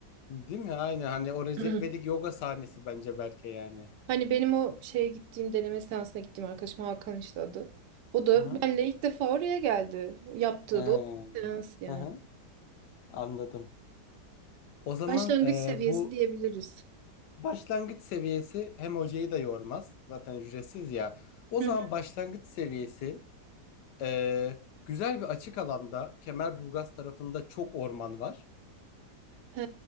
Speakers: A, on the left; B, on the right.
A: Değil mi? Aynen hani o Recep
B: <clears throat>
A: İvedik yoga sahnesi bence Berke yani.
B: Hani benim o şeye gittiğim deneme seansına gittiğim arkadaşım Hakan işte adı. O da
A: Hı hı.
B: benle ilk defa oraya geldi. Yaptığı
A: Ee,
B: da o seans yani.
A: Hı hı. Anladım. O zaman
B: Başlangıç
A: e,
B: seviyesi
A: bu
B: diyebiliriz.
A: başlangıç seviyesi hem hocayı da yormaz. Zaten ücretsiz ya. O
B: Hı
A: zaman
B: hı.
A: başlangıç seviyesi Ee, güzel bir açık alanda Kemerburgaz tarafında çok orman var.
B: He,